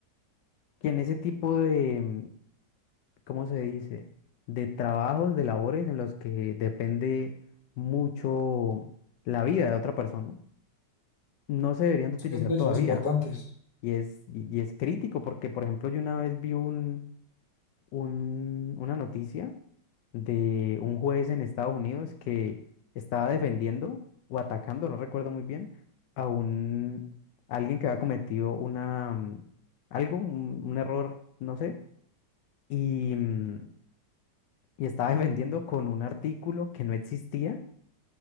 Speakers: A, on the left (about 80°); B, on the left (about 30°).
A: que en ese tipo de, ¿cómo se dice? De trabajos, de labores en los que depende mucho la vida de otra persona, no se deberían de utilizar
B: Es que son decisiones
A: todavía.
B: importantes.
A: Y es, y y es crítico porque, por ejemplo, yo una vez vi un, un- una noticia de un juez en Estados Unidos que estaba defendiendo o atacando, no recuerdo muy bien, a un alguien que había cometido una mm, algo, un, un error, no sé, y, mm, y estaba defendiendo con un artículo que no existía,